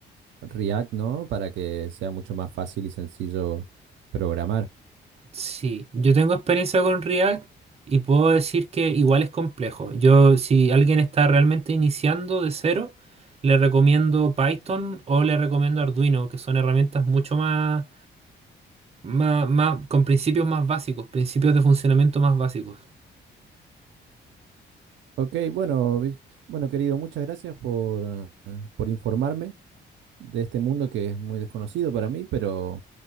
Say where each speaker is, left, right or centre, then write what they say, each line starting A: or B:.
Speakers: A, on the right; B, on the right.
A: React, ¿no? Para que sea mucho más fácil y sencillo programar.
B: Sí, yo tengo experiencia con React y puedo decir que igual es complejo. Yo, si alguien está realmente iniciando de cero, le recomiendo Python o le recomiendo Arduino, que son herramientas mucho más, más, más- con principios más básicos, principios de funcionamiento más básicos.
A: Ok, bueno, Vi- bueno, querido, muchas gracias por, eh, por informarme. de este mundo que es muy desconocido para mí, pero,